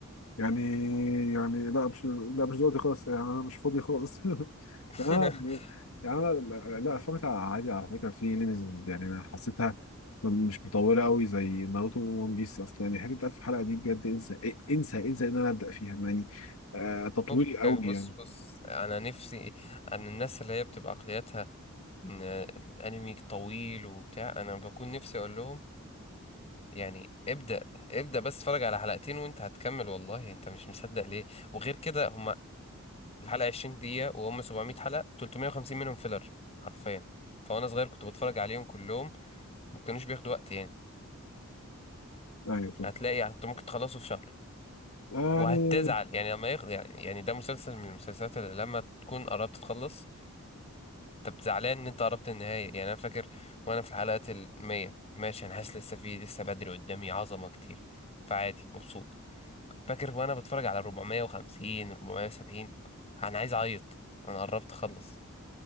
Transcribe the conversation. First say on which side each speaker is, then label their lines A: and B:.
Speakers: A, on the left; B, on the left.
A: يعني يعني لا مش لا مش دلوقتي خالص يعني انا مش فاضي خالص <laughs> دلوقتي
B: <laughs>
A: يعني انا يعني انا لا لا، اتفرجت على عادي على فكره في انميز يعني أنا حسيتها م- مش مطوله قوي زي ناروتو وون بيس اصلا يعني حته 1000 حلقه دي بجد انسى إيه- انسى انسى ان انا ابدا فيها يعني آه تطويل
B: فكك
A: قوي
B: بص
A: يعني
B: بص انا نفسي عن الناس اللي هي بتبقى عقليتها ان الانمي طويل وبتاع انا بكون نفسي اقول لهم يعني ابدأ ابدأ بس اتفرج على حلقتين وانت هتكمل والله انت مش مصدق ليه وغير كده هما الحلقة 20 دقيقة وهم 700 حلقة 350 منهم فيلر حرفيا فوانا صغير كنت بتفرج عليهم كلهم ما كانوش بياخدوا وقت يعني
A: ايوه فاهم
B: هتلاقي يعني انت ممكن تخلصه في شهر
A: يعني
B: وهتزعل يعني لما يخ... يعني يعني ده مسلسل من المسلسلات اللي لما تكون قربت تخلص طب زعلان ان انت قربت النهاية يعني انا فاكر وانا في الحلقات المية ماشي انا حاسس لسه في لسه بدري قدامي عظمة كتير فعادي مبسوط فاكر وانا بتفرج على 450 470 انا عايز اعيط انا قربت اخلص